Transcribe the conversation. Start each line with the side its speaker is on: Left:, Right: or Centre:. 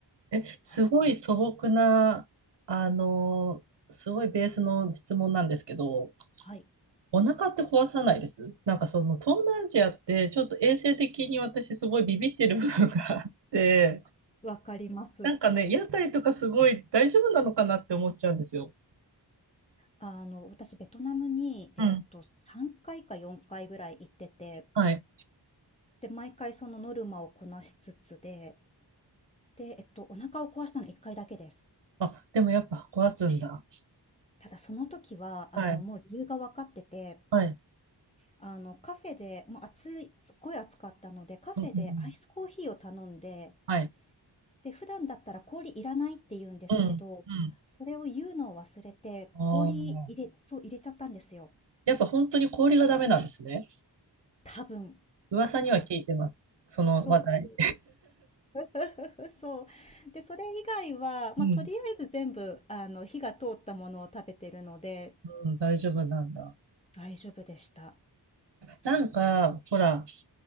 Right: え、
Left: はい、
Right: すごい素朴な、あの、すごいベースの質問なんですけど、
Left: はい、
Right: お腹って壊さないですなんかその東南アジアってちょっと衛生的に私すごいビビってる部分があって、
Left: わかります。
Right: なんかね、屋台とかすごい大丈夫なのかなって思っちゃうんですよ。
Left: あの、私、ベトナムに、
Right: うん。
Left: えーっと、3回か4回ぐらい行ってて、
Right: はい。
Left: で、毎回そのノルマをこなしつつで、で、えっと、お腹を壊したの1回だけです。
Right: あ、でもやっぱ壊すんだ。
Left: ただその時は、
Right: はい。
Left: あの、もう理由が分かってて、
Right: はい。
Left: あの、カフェで、もう暑い、すっごい暑かったので、カフェでアイスコーヒーを頼んで、
Right: うんうんうん。はい。
Left: で、普段だったら氷いらないって言うんですけど、
Right: うん。うん。
Left: それを言うのを忘れて、
Right: ああ。
Left: 氷入れ、そう、入れちゃったんですよ。
Right: やっぱ本当に氷がダメなんですね。
Left: 多分。
Right: 噂には聞いてます。
Left: はい。
Right: その話題。
Left: そうそう。<laughs> そう。で、それ以外は、まあ、
Right: うん、
Left: とりあえず全部、あの、火が通ったものを食べてるので、
Right: うん、大丈夫なんだ。
Left: 大丈夫でした。
Right: なんか、ほら、